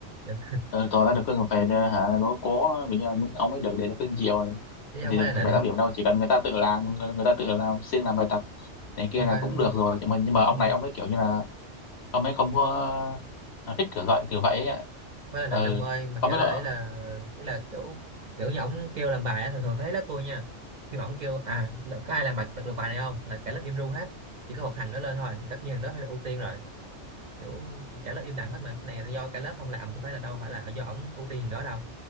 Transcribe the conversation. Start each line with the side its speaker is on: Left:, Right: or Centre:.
Right: Định-
Left: ờ, tỏ ra được cái về để, hả đố cố kiểu như là những ông ấy được để được cưng chiều này
Right: chứ không
Left: thì
Right: phải
Left: được
Right: là
Left: bảy
Right: nịnh
Left: tám điểm đâu chỉ cần người ta tự làm người, người ta tự làm siêng làm bài tập này kia
Right: không
Left: là
Right: phải
Left: cũng
Right: không,
Left: được rồi nhưng mà nhưng mà ông
Right: không
Left: này ông ấy kiểu như là ông ấy không có ờ, thích kiểu dạy kiểu vậy ấy ạ.
Right: phải là
Left: ừ
Right: nịnh ông ơi mà
Left: ông
Right: kiểu
Left: ấy
Right: là
Left: ờ,
Right: ý là ý là kiểu kiểu như ổng kêu làm bài á thường thường thấy lớp tôi nha khi mà ổng kêu à là có ai làm bài được, được bài này không là cả lớp im ru hết chỉ có một thằng nó lên thôi thì tất nhiên đó phải là ưu tiên rồi kiểu cả lớp im lặng hết mà cái này là do cả lớp không làm chứ phải là đâu phải là do ổng ưu tiên đó đâu